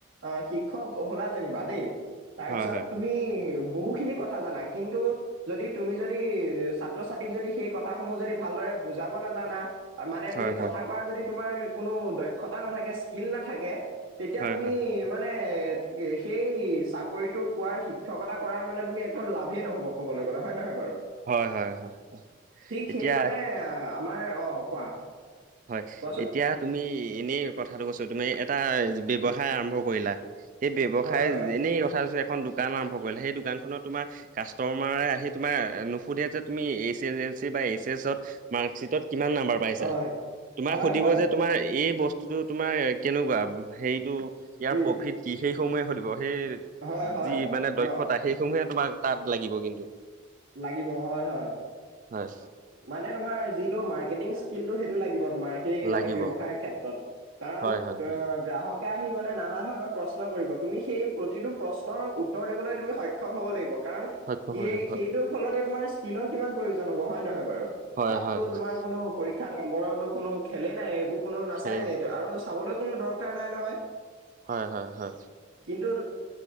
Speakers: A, on the right; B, on the right.
A: অ শিক্ষক হলা যেনিবা দেই
B: হয়
A: তাৰপিছত
B: হয়
A: তুমি বহু খিনি কথা জানা কিন্তু যদি তুমি যদি ছাত্ৰ ছাত্ৰীক যদি সেই কথাসমূহ যদি ভালদৰে বুজাব নাজানা। মানে
B: হয়
A: তুমি
B: হয়
A: কথা কোৱা যদি তোমাৰ কোনো দক্ষতা নাথাকে স্কিল নাথাকে তেতিয়া
B: হয়
A: তুমি
B: হয়
A: মানে? এ সেই চাকৰিতটো পোৱাৰ শিক্ষকতা কৰাৰ মানে তুমি একো লাভে নহ'ব ক'বলে গ'লে হয় নহয় বাৰু
B: হয় হয় হয় হয়
A: ঠিক সেইবাবে
B: এতিয়া
A: আমাৰ অ কোৱা?
B: হয়
A: কোৱাচোন
B: এতিয়া তুমি এনেই কথাটো কৈছোঁ তুমি এটা ব্যৱসায়
A: উম
B: আৰম্ভ কৰিলা। সেই ব্যৱসায়
A: হয় হয়
B: এনেই কথা কৈছোঁ এখন দোকান আৰম্ভ সেই দোকানখনত তোমাৰ কাষ্টমাৰে আহি তোমাৰ নুসুধে যে তুমি চি পায় এইছ এছত মাক্সিত কিমান নাম্বাৰ পাইছা,
A: অ'
B: তোমাক
A: হয়
B: সুধিব
A: হয়
B: যে তোমাৰ এই এই বস্তুতটো তোমাৰ কেনেকুৱা হেৰিতটো ইয়াৰ
A: উম
B: প্ৰফিট কি সেইসমূহে সুধিব। সেই
A: হয় হয়
B: যি মানে দক্ষতা
A: অ'
B: সেইসমূহে তোমাক তাত লাগিব কিন্তু।
A: লাগিব হয় হয়
B: হয়
A: মানে তোমাৰ যি মাৰ্কেটিং স্কিলটো সেই সেইটো লাগিব তোমাৰ সেই মানে
B: লাগিব
A: ব্যৱসায় ক্ষেত্ৰত কাৰণ
B: হয় হয় হয়
A: অ গ্ৰাহক আহি মানে নানা ধৰণৰ প্ৰশ্ন কৰিব তুমি সেই প্ৰতিটো প্ৰশ্নৰ উত্তৰ দিবলৈ তুমি সক্ষম হ'ব লাগিব। কাৰণ
B: সক্ষম
A: সেই
B: হয় হয়
A: সেইটোৰ ফলতে তোমাৰ স্কিলৰ কিমান প্ৰয়োজন হ'ব হয় নহয়। বাৰু
B: হয়
A: তাততো
B: হয় হয়
A: তোমাৰ কোনো পৰীক্ষা নম্বৰতো কোনো খেলেই নাই এইবোৰ। কোনো নাচায়
B: খেৰে
A: এইটো আৰু চাবলৈ কোনো দৰকাৰ নাই নহয়।
B: হয় হয় হয়।
A: <inaudible>